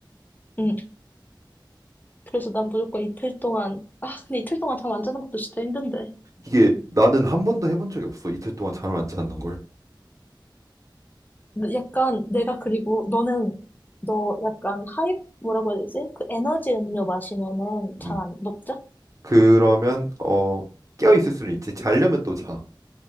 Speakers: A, on the left; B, on the right.
A: 응. 그래서 난 무조건 이틀 동안, 아, 근데 이틀 동안 잠 안 자는 것도 진짜 힘든데.
B: 이게 나는 한 번도 해본 적이 없어. 이틀 동안 잠을 안 자는 걸.
A: 근데 약간 내가 그리고 너는, 너 약간 하이, 뭐라고 해야 되지? 그 에너지 음료 마시면은 잠
B: 음.
A: 안, 못 자?
B: 그러면 어, 깨어 있을 수는 있지. 자려면 또 자.